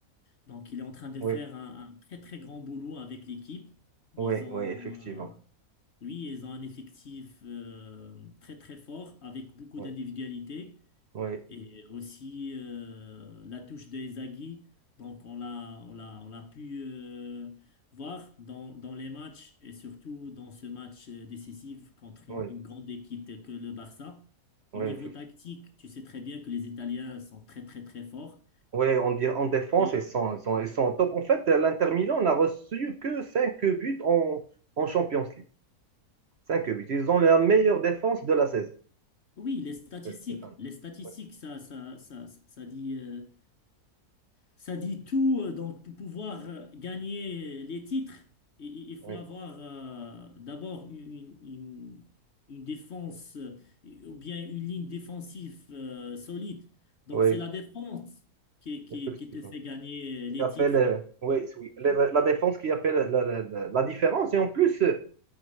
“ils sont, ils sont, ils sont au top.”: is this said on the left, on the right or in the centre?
Right